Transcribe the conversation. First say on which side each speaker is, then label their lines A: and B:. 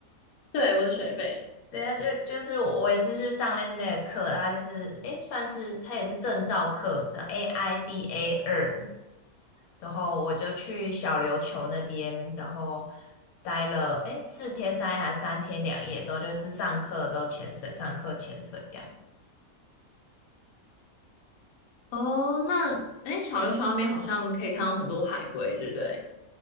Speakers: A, on the left; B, on the left.
A: 对，我是水肺。
B: 对啊，就就是我我也是去上类似那个课，它就是诶，算是它也是证照课，是 AIDA 二，之后我就去小琉球那边，然后待了诶四天三夜还是三天两夜，之后就是上课之后潜水，上课潜水这样。
A: 哦，那，哎，小琉球那边好像可以看到很多海龟，对不对？